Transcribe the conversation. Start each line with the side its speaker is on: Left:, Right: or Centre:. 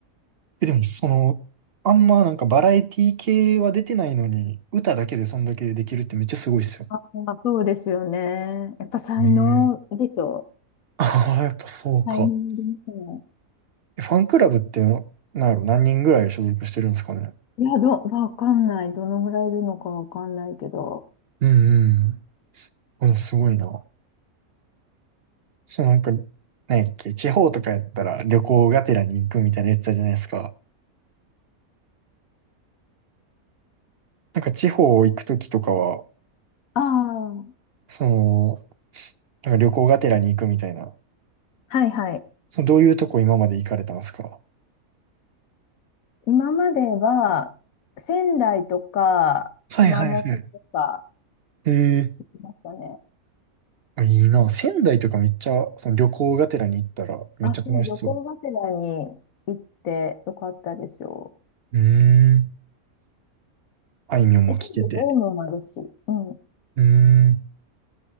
Right: え、でもその、あんまなんかバラエティ系は出てないのに、歌だけでそんだけできるってめっちゃすごいっすよ。
Left: <laughs> あ、そうですよね。やっぱ才能でしょう。
Right: へえああ、やっぱそうか。
Left: 才能ですね。
Right: えファンクラブっての、なんやろ、何人ぐらい所属してるんですかね。
Left: いや、ど、わかんない。どのぐらいいるのかわかんないけど。
Right: うんうん。このすごいな。そうなんか、なんやっけ、地方とかやったら旅行がてらに行くみたいなやつだじゃないですか。なんか地方行くときとかは、
Left: ああ、
Right: その、なんか旅行がてらに行くみたいな、
Left: はいはい。
Right: そのどういうとこ今まで行かれたんですか
Left: 今までは仙台とか熊本とか
Right: はいはいはい。ええ
Left: 行きましたね。
Right: あ、いいな。仙台とかめっちゃ、その旅行がてらに行ったらめっちゃ楽しそう。
Left: あ、そう、旅行がてらに行ってよかったですよ。
Right: うーん。あいみょんも聞けて。
Left: え、ちゃんとドームもあるし。うん。<laughs>
Right: うーん。